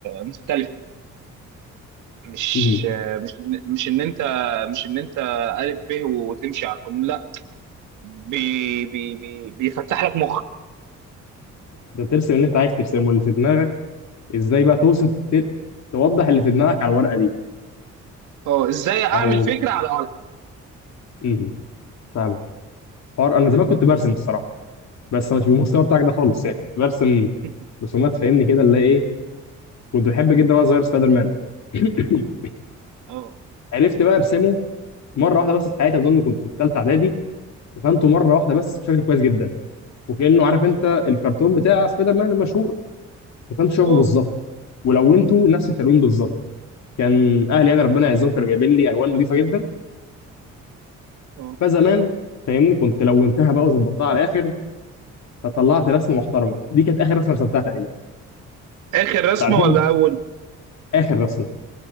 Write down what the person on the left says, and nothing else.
مم.
ده ترسم اللي انت عايز ترسمه اللي في دماغك ازاي بقى توصف ت- توضح اللي في دماغك على الورقه دي
او
مم. فاهمك حوار انا زمان كنت برسم الصراحه بس مش بالمستوى بتاعك ده خالص يعني كنت برسم
رسومات فاهمني كده اللي هي ايه كنت بحب جدا وانا صغير سبايدر مان <coughs>
<clears throat> عرفت بقى ارسمه مره واحده بس في حياتي اظن كنت في ثالثه اعدادي رسمته مره واحده بس بشكل كويس جدا وكانه عارف انت الكرتون بتاع سبايدر مان المشهور رسمته شبهه
بالظبط ولونته نفس التلوين بالظبط كان اهلي انا ربنا يعزهم كانوا جايبين لي الوان نظيفه جدا
فزمان فاهمني كنت لونتها بقى وظبطتها على الاخر فطلعت رسمه محترمه دي كانت اخر رسمه رسمتها تقريبا
بعد كده
اخر رسمه